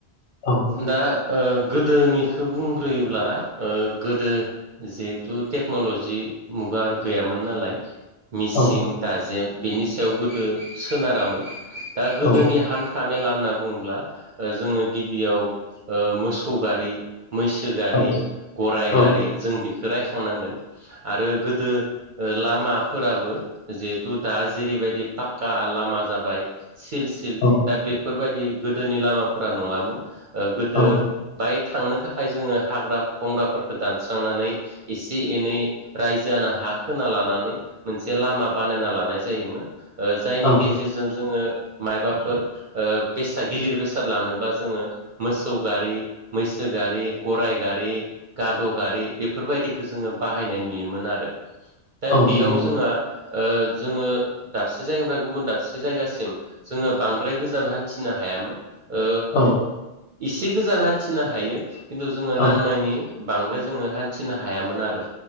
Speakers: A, on the left; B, on the right.
A: औ
B: दा ओ गोदोनि खो बुंग्रोयोब्ला ओ गोदो जिहेथु टेक्नलजि मुगा गैयामोन। नालाय मिसिं
A: औ
B: दाजेम बिनि सायाव गोदो सोनारामोन। दा गोदोनि
A: औ
B: हान था मेला होनना बुङोब्ला ओ जोङो गिबियाव ओ मोसौ गारि मैसो गारि,
A: औ
B: गराय
A: औ
B: गारि जों बेखौ रायखांनांगोन आरो गोदो ओ लामाफोराबो जिहेथु दा जेरैबायदि पाक्का लामा जाबाय सिल सिल
A: औ
B: दा बेफोरबायदि गोदोनि लामाफोरा नङामोन ओ गोदो
A: औ
B: बाइक थांनो थाखाय जोङो हाग्रा बंग्राफोरखौ दानस्रांनानै एसे एनै रायजो आनो हा हा खोना लानानै मोनसे लामा बानायना लानाय जायोमोन। ओजायनि
A: औ
B: गेजेरजों जोङो माइबाफोर ओबेसा गिलिर बेसाद लांनोबा जोङो मोसौ गारि मैसो गारि गराय गारि गाद' गारि बेफोरबायदिखौ जोङो बाहायनाय नुयोमोन आरो दा
A: औ
B: बेयाव
A: नंगौ
B: जोङहा ओजोङो दाबसे जायगानिफ्राय गुबुन दाबसे जायगासिम जोङो बांद्राय गोजान हान्थिनो हायामोन ओ
A: औ
B: एसे गोजान हान्थिनो हायो। खिन्थु जोङो
A: औ
B: नांनायनि बांद्राय जोङो हान्थिनो हायामोन आरो।